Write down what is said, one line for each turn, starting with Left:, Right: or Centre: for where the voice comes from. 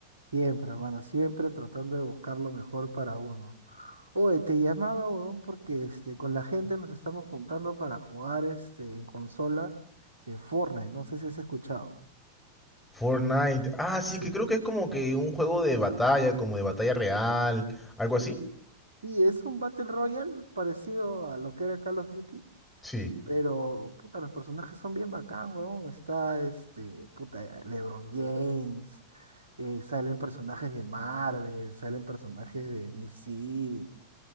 Right: Siempre, hermano, siempre tratando de buscar lo mejor para uno. Oye, te llamaba, weón, porque este, con la gente nos estamos juntando para jugar este, en consola eh, Fortnite. No sé si has escuchado. <laughs>
Centre: Fortnite. Ah, sí,
Right: Sí.
Centre: que creo que es como que un juego de batalla, como de batalla real, algo así.
Right: Sí, es un Battle Royale parecido a lo que era Call of Duty.
Centre: Sí,
Right: Pero, puta, los personajes son bien bacán, weón. Está este, puta, LeBron James. eh, salen personajes de Marvel, salen personajes de DC.